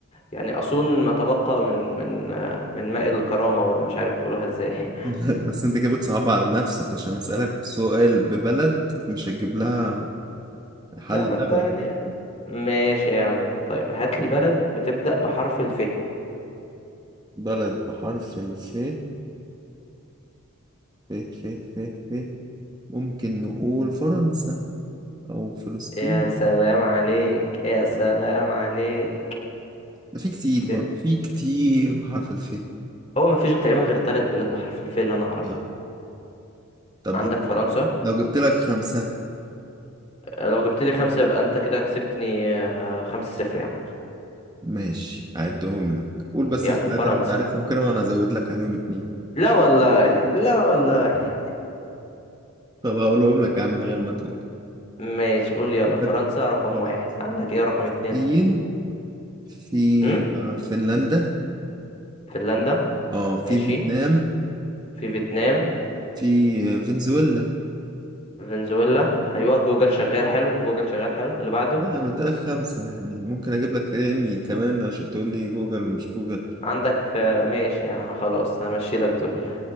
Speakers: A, on the left; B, on the right.
A: يعني اصون ما تبقى من من آه، من ماء الكرامه ولا مش عارف بيقولوها ازاي
B: <laughs> بس انت كده بتصعب على نفسك عشان اسألك سؤال ببلد مش هتجيب لها
A: <laughs>
B: حل
A: لا ما انت
B: ابدا
A: يعني ماشي يا عم طيب هات لي بلد بتبدأ بحرف الف
B: بلد بحرف الف ف ف ف ف ممكن نقول فرنسا او فلسطين
A: يا سلام عليك يا سلام عليك
B: ده في كتير
A: تت...
B: برضه في كتير بحرف الف
A: هو مفيش تقريبا غير ثلاث بلاد بحرف الف اللي انا اعرفه
B: لا. طب
A: عندك
B: لو
A: فرنسا
B: لو جبت لك خمسة
A: آه، لو جبت لي خمسة يبقى انت كده كسبتني آه، خمسة صفر يعني
B: ماشي اعدهم لك قول بس
A: يلا
B: الثلاثة
A: فرنسا
B: اللي انت عارفهم كده وانا ازود لك عليهم اتنين
A: لا والله لا والله
B: طب هقولهم لك يا عم من غير ما تقول
A: ماشي قول لي يلا
B: لك
A: فرنسا رقم
B: فرنسا
A: واحد عندك ايه رقم اتنين
B: الصين في
A: امم
B: فنلندا
A: فنلندا
B: اه في
A: ماشي
B: فيتنام
A: في فيتنام
B: في فنزويلا
A: فنزويلا ايوه جوجل شغال حلو جوجل شغال حلو اللي بعده
B: لا انا قلت لك خمسة يعني ممكن اجيب لك يعني كمان عشان تقول لي جوجل ومش جوجل
A: عندك آه، ماشي يعني خلاص همشي لك دول